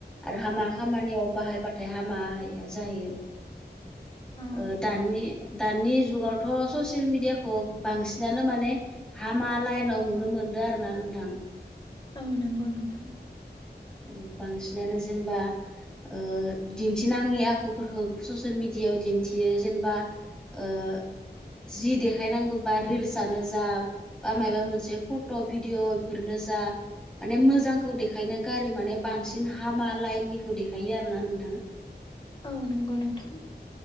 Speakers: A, in the centre; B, on the left (about 25°).
A: आरो हामा खामानियाव बाहायबाथाय हामाया जायो।
B: औ
A: ओ दानि दानि जुगावथ' ससियेल मिडियाखौ बांसिनानो माने हामा लाय उनाव नुनो मोनदों आरो ना नोंथां।
B: औ नंगौ नोंथां।
A: औ बांसिनानो जेनेबा ओ दिन्थिनाङै आखुफोरखौ ससियेल मिडियायाव दिन्थियो जेनेबा ओ जि देखायनांगौ बा रिल्सआनो जा बा मायबा मोनसे फट' भिडिअ' बेफोरनो जा माने मोजांखौ देखायनो गारि माने बांसिन हामा लाइननिखौ देखायो आरो ना नोंथां।
B: औ नंगौ नोंथां।